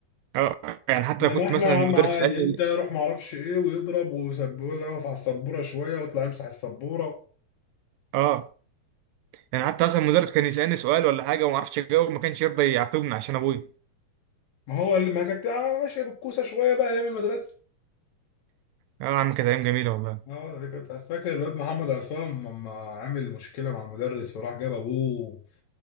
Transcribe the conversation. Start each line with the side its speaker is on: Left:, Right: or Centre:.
Right: اه يعني حتى
Left: انما
Right: لو كنت
Left: احنا
Right: مثلا
Left: يا
Right: مدرس
Left: عم عادي
Right: يسالني
Left: انت روح ما اعرفش ايه ويضرب ويسبوله يقف على السبوره شويه ويطلع يمسح السبوره
Right: اه يعني حتى مثلا مدرس كان يسالني سؤال ولا حاجه وما اعرفش اجاوب ما كانش يرضى يعاقبني عشان ابويا
Left: ما هو ما كانت آه، ماشيه بالكوسه شويه بقى ايام المدرسه
Right: اه يا عم كانت ايام جميله والله
Left: اه دي كانت فاكر الواد محمد عصام لما عامل مشكله مع المدرس وراح جاب ابوه